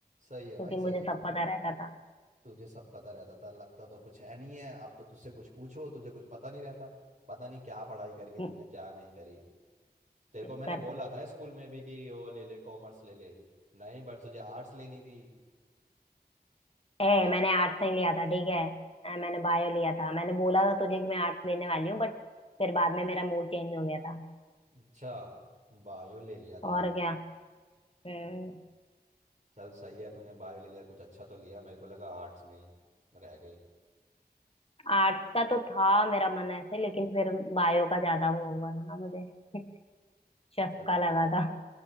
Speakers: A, on the right (about 45°); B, on the left (about 35°).
A: सही
B: क्योंकि
A: है भाई
B: मुझे
A: सही है
B: सब पता रहता था
A: तुझे सब पता रहता था लगता तो कुछ है नहीं है अब तो तुझसे कुछ पूछो तुझे कुछ पता नहीं रहता पता नहीं क्या पढ़ाई करी है
B: हम्म,
A: तूने क्या नहीं करी तेरे
B: चुप
A: को मैंने
B: कर
A: बोला था स्कूल में भी कि वो ले ले कॉमर्स ले ले नहीं बट तुझे आर्ट्स लेनी थी
B: ए
A: हाँ
B: मैंने आर्ट्स नहीं लिया था ठीक है अ, मैंने बायो लिया था मैंने बोला था तुझे कि मैं आर्ट्स लेने वाली हूँ बट फिर बाद में मेरा मूड चेंज हो गया था
A: अच्छा बायो ले लिया था
B: और क्या हम्म
A: हम्म, चल सही है तूने बायो ले लिया कुछ अच्छा तो लिया मेरे को लगा आर्ट्स में ही रह गई
B: आर्ट्स का तो था मेरा मन ऐसे लेकिन फिर बायो का ज्यादा वो हुआ था ना मुझे <laughs> चक्का
A: चल
B: लगा था